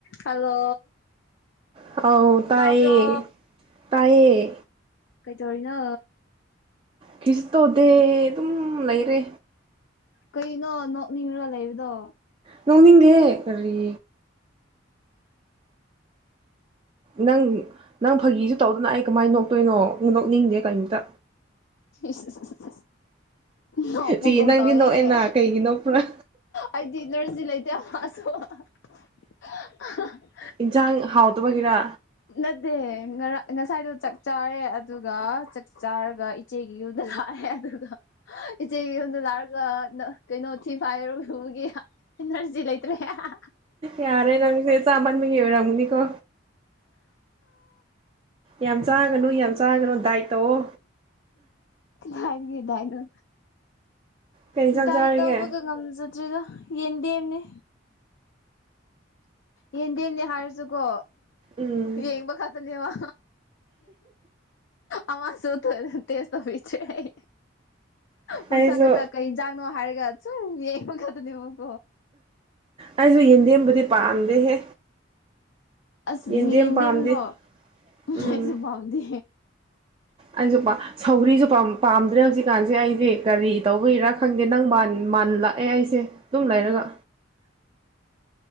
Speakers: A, on the left (about 65°); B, on the right (about 30°).
A: <inaudible> hello
B: ꯑꯧ ꯇꯥꯏꯌꯦ
A: ꯇꯥꯕ꯭ꯔꯣ
B: ꯇꯥꯏꯌꯦ
A: ꯀꯩꯇꯧꯔꯤꯅꯣ
B: ꯀꯤꯁꯨ ꯇꯧꯗꯦ ꯑꯗꯨꯝ ꯂꯩꯔꯦ
A: ꯀꯩꯅꯣ ꯅꯣꯛꯅꯤꯡꯔ ꯂꯩꯕꯗꯣ
B: ꯅꯣꯡꯅꯤꯡꯗꯦꯍꯦ ꯀꯔꯤ ꯅꯪ ꯅꯪ ꯐꯥꯒꯤꯁꯨ ꯇꯧꯗꯅ ꯑꯩ ꯀꯃꯥꯏꯅ ꯅꯣꯛꯇꯣꯏꯅꯣ ꯅꯣꯛꯅꯤꯡꯗꯦ ꯀꯩꯝꯇ
A: ꯏꯁꯏꯁꯏꯁ ꯅꯣꯞꯄꯒꯨꯝ
B: ꯆꯦ ꯅꯪꯗꯤ
A: ꯇꯧꯋꯦꯍꯦ
B: ꯅꯣꯛꯑꯦꯅ ꯀꯩꯒꯤ ꯅꯣꯛꯄ꯭ꯔꯥ
A: ꯑꯩꯗꯤ ꯏꯅꯔꯖꯤ ꯂꯩꯇꯦ <unintelligible>
B: ꯏꯟꯁꯥꯡ ꯍꯥꯎꯇꯕꯒꯤꯔꯥ
A: ꯅꯠꯇꯦ ꯉꯔꯥꯡ ꯉꯁꯥꯏꯗꯣ ꯆꯥꯛ ꯆꯥꯔꯦ ꯑꯗꯨꯒ ꯆꯥꯛ ꯆꯥꯔꯒ ꯏꯆꯦꯒꯤ ꯌꯨꯝꯗ ꯂꯥꯛꯑꯦ ꯑꯗꯨꯒ ꯏꯆꯦꯒꯤ ꯌꯨꯝꯗ ꯂꯥꯛꯔꯒ ꯀꯩꯅꯣ ꯊꯤ ꯐꯥꯔ ꯏꯔꯨꯂꯨꯕꯒꯤ ꯏꯅꯔꯖꯤ ꯂꯥꯏꯇ꯭ꯔꯦ ꯍꯥ ꯍꯥ
B: ꯌꯥꯔꯦ ꯅꯡꯁꯦ ꯆꯥꯃꯟꯕꯒꯤ ꯑꯣꯏꯔꯝꯒꯅꯤꯀꯣ ꯌꯥꯝ ꯆꯥꯒꯅꯨ ꯌꯥꯝ ꯆꯥꯒꯅꯨ ꯗꯥꯏꯠ ꯇꯧꯑꯣ
A: ꯀꯥꯏꯗꯒꯤ ꯗꯥꯏꯠꯅꯣ
B: ꯀꯩ ꯏꯟꯁꯥꯡ
A: ꯗꯥꯠꯏ
B: ꯆꯥꯔꯤꯒꯦ
A: ꯇꯧꯕꯒ ꯉꯝꯖꯗ꯭ꯔꯦꯗ ꯌꯦꯟꯗꯦꯝꯅꯦ ꯌꯦꯟꯗꯦꯝꯅꯦ ꯍꯥꯏꯔꯁꯨꯀꯣ
B: ꯎꯝ
A: ꯌꯦꯡꯕ ꯈꯛꯇꯅꯦꯕ ꯑꯃ ꯁꯨ ꯇꯦꯁ ꯇꯨꯕꯤꯗ꯭ꯔꯦꯌꯦ ꯃꯁꯛ
B: ꯑꯩꯁꯨ
A: ꯈꯛꯇ ꯀꯩ ꯏꯟꯖꯥꯡꯅꯣ ꯍꯥꯏꯔꯒ ꯁꯨꯝ ꯌꯦꯡꯕꯒꯛꯇꯅꯦꯕ
B: ꯑꯩꯁꯨ ꯌꯦꯟꯗꯦꯝꯕꯨꯗꯤ ꯄꯥꯝꯗꯦꯍꯦ
A: ꯑꯁ
B: ꯌꯦꯟꯗꯦꯝ
A: ꯌꯦꯟꯗꯦꯝꯗꯣ
B: ꯄꯥꯝꯗꯦ
A: ꯑꯩꯁꯨ
B: ꯎꯝ
A: ꯄꯥꯝꯗꯦ
B: ꯑꯩꯁꯨ ꯁꯧꯒ꯭ꯔꯤꯁꯨ ꯄꯥꯝꯗ꯭ꯔꯦ ꯍꯧꯖꯤꯛꯀꯥꯟꯁꯦ ꯑꯩꯗꯤ ꯀꯔꯤ ꯇꯧꯕꯩꯔꯥ ꯈꯪꯗꯦ ꯅꯪ ꯃꯥꯟ ꯂꯥꯛꯑꯦ ꯑꯩꯁꯦ ꯑꯗꯨꯝ ꯂꯩꯔꯒ